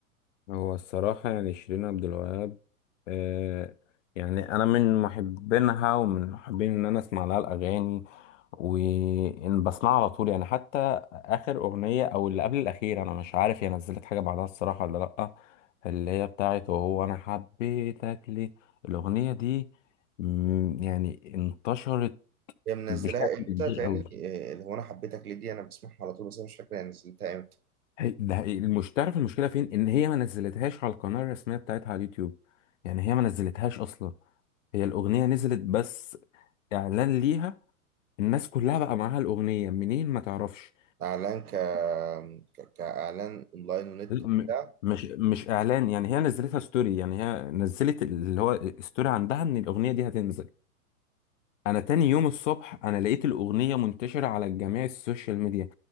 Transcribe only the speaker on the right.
هي منزلاها
امتى
تاني
آه، اللي هو انا حبيتك ليه دي انا بسمعها على طول بس انا مش فاكر هي نزلتها امتى
اعلان ك ك- كاعلان اونلاين ونت
وبتاع